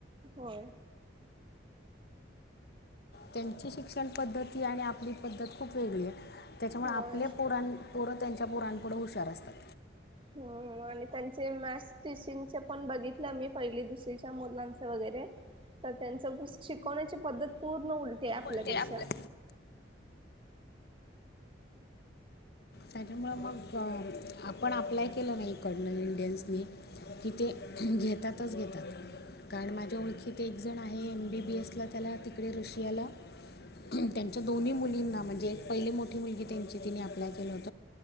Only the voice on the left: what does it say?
त्यांची शिक्षण पद्धती आणि आपली पद्धत खूप वेगळी आहे त्याच्यामुळे
आपल्या पोरां पोरं त्यांच्या पोरांपुढं हुशार असतात
पण आपल्या त्याच्यामुळे मग आपण अप्लाय केलं नाही कर्नल इंडियन्सनी की ते घेतातच घेतात कारण माझ्या ओळखीत एक जण आहे एमबी बी एस ला त्याला तिकडे रशियाला त्यांच्या दोन्ही मुलींना म्हणजे एक पहिले मोठी मुलगी त्यांची तिने अप्लाय केली होती